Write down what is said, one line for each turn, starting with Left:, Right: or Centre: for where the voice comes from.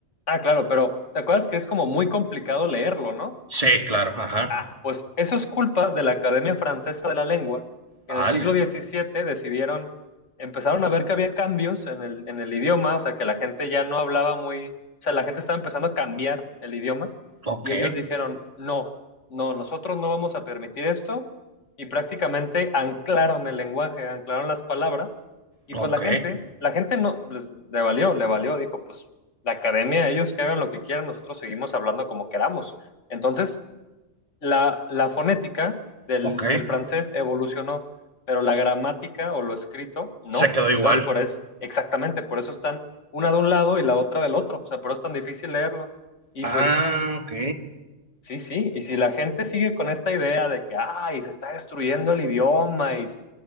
Left: Ah, claro, pero ¿te acuerdas que es como muy complicado leerlo, ¿no?
Right: Sí, claro, ajá.
Left: Ah, pues eso es culpa de la Academia Francesa de la Lengua, que
Right: Vale,
Left: en el siglo XVII decidieron, empezaron a ver que había cambios en el, en el idioma, o sea, que la gente ya no hablaba muy, o sea, la gente estaba empezando a cambiar el idioma
Right: ok,
Left: y ellos dijeron, no, no, nosotros no vamos a permitir esto y prácticamente anclaron el lenguaje, anclaron las palabras y
Right: ok,
Left: pues la gente, la gente no, les- le valió, le valió, dijo, pues la academia, ellos que hagan lo que quieran, nosotros seguimos hablando como queramos. Entonces, la, la fonética del,
Right: ok.
Left: del francés evolucionó, pero la gramática o lo escrito no.
Right: Se quedó
Left: Entonces,
Right: igual.
Left: por eso, exactamente, por eso están una de un lado y la otra del otro. O sea, por eso es tan difícil leerlo. Y
Right: Ah,
Left: pues,
Right: ok.
Left: sí, sí. Y si la gente sigue con esta idea de que, ay, se está destruyendo el idioma, y se-